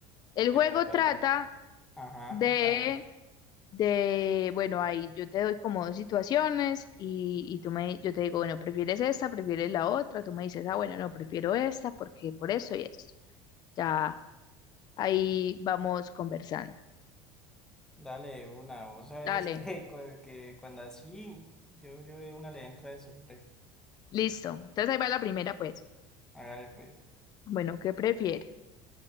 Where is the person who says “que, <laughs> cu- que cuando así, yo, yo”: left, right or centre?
Centre